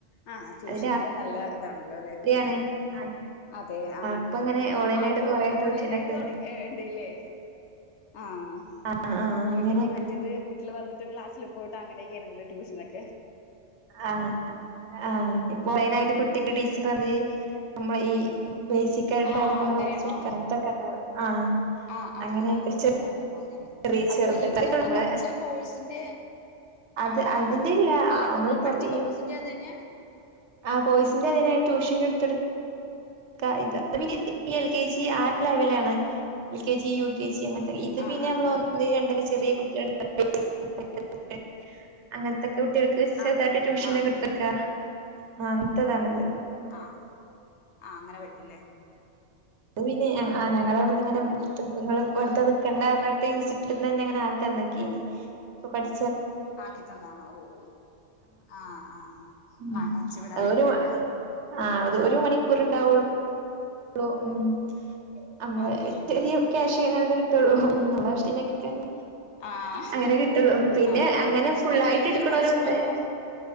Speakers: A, on the left; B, on the right.
A: ആഹ് ആ ട്യൂഷനൊക്കെ
B: അത്
A: നല്ല അതാണല്ലോല്ലെ
B: രാത്രിയാണ്
A: ഇപ്പൊ?
B: ആഹ്
A: അതെ ആഹ്
B: ഇപ്പങ്ങനെ ഓൺലൈനായിട്ട്
A: ആഹ് പ്പൊ
B: കൊറേ
A: ഓൺലൈനായിട്ട്
B: ട്യൂഷനൊക്കെണ്ട്
A: തൊട ഏഹ് ഇണ്ട്ല്ലേ? ആഹ്
B: ആഹ് ആഹ്
A: വീട്ടിക്ക്
B: അങ്ങനെ
A: മറ്റത് വി വീട്ടില് വന്നിട്ടും ക്ലാസില് പോയിട്ടും അങ്ങനൊക്കെയായിര്ന്ന്ലെ ട്യൂഷനൊക്കെ?
B: ആഹ് ആഹ് <unintelligible>
A: ഉം
B: കുട്ടിക്ക് ടീച്ചർ <unintelligible> നമ്മളെ ഈ ബേസിക്കായിട്ടുള്ള
A: ആ
B: കാര്യങ്ങളൊക്കൊപ്പിച്ചൊട്ക്ക
A: അങ്ങനെയാണോ ആ
B: അങ്ങനത്തൊക്കെണ്ടാവാ ആഹ്
A: ആഹ് ആഹ്
B: അങ്ങനെയായിട്ട്
A: ആഹ് ആഹ് ഓ അങ്ങനെ
B: ചെറിയ
A: അപ്പൊ
B: ചെറുത്
A: ഇപ്പൊ നിങ്ങള്
B: നമ്മളെ
A: പഠിച്ച കോഴ്സിന്റെ
B: അത്
A: ആഹ്
B: അതിന്റെ
A: ആഹ്
B: ഇല്ല
A: അല്ലപ്പൊ
B: നമ്മള്
A: ഇങ്ങള്
B: പൊറ
A: പഠിച്ച കോഴ്സിന്റേം
B: ഈ
A: അതന്നെയാ
B: ആഹ് കോഴ്സിന്റതന്നെ ട്യൂഷനെട്ത്തൊടുക്ക ഇത ത് പിന്നെ എൽ കെ ജി ആഹ് ലെവലാണ് L K G U K G അങ്ങ ഇത്
A: ആഹ്
B: പിന്നെ
A: ആഹ്
B: നമ്മള് ഒന്ന് രണ്ടാക്കേ ചെറിയേ കുട്ടിയോള് <unintelligible> അങ്ങനത്തെ കുട്ടികൾക്ക്
A: ആഹ്
B: ചെറുതായിട്ട്
A: ആഹ്
B: ട്യൂഷനൊക്കെട്ത്തൊട്ക്കാ
A: ആഹ്
B: ആഹ് അങ്ങനത്തെതാണ്ത്
A: ആഹ് ആഹ് അങ്ങനെ പറ്റുംല്ലേ?
B: അത് പിന്നെ ആഹ് ഹ് ആഹ് ഞങ്ങളവ്ട്ന്ന് ഇങ്ങനെ <unintelligible> വറുതാ നിക്കണ്ടാർഞ്ട്ടി ൻസ്റ്റിറ്റ്യൂട്ട്ട്ടിന്നന്നെങ്ങനാക്കി തന്ന്ക്കേന് ഇപ്പൊ പഠി
A: ആക്കിത്തന്നാണോ ഓഹ് ഓഹ് ആഹ് ആഹ്
B: ഉം
A: ആഹ് ടച്ച് വിടാതിരിക്കൻല്ലേ
B: ഒരു ആഹ് അത് ഒരു മണിക്കൂറ്ണ്ടാവൊ ള്ളൂ ഉം അമ്മള്
A: അതെ
B: <unintelligible> ക്യാഷ് അങ്ങനെന്തെ കിട്ടൊള്ളൂ ഉം നമ്മളാവശ്യത്തിനൊക്കെട്കാന്
A: ആഹ്
B: അങ്ങനെ കിട്ടൊള്ളു പിന്നെ
A: ആഹ്
B: അങ്ങനെ ഫുള്ളായിട്ടെട്ക്ക്ണോലുണ്ട്
A: ഏതുവരെ പഠിച്ചു നിങ്ങളപ്പോ